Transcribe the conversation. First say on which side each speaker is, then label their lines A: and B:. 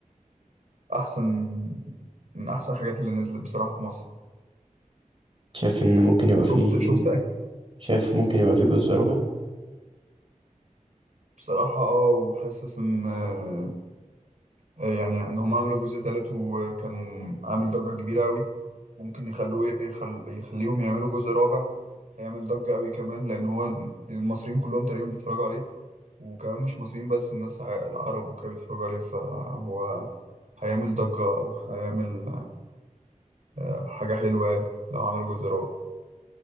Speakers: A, on the right; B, on the right.
A: احسن من احسن الحاجات اللي نزلت بصراحه في مصر
B: شايف ان ممكن يبقى فيه
A: شفت شفت اخر
B: شايف ممكن يبقى فيه جزء رابع
A: بصراحه اه وحاسس ان آه، يعني ان هم عملوا جزء تالت وكان عامل ضجه كبيره قوي ممكن يخلوه يخل... يخليهم يعملوا جزء رابع هيعمل ضجه قوي كمان لان هو المصريين كلهم تقريبا بيتفرجوا عليه وكمان مش مصريين بس الناس ع- العرب وكده بيتفرجوا عليه فهو هيعمل ضجة وهيعمل آه، حاجة حلوة يعني لو عمل جزء رابع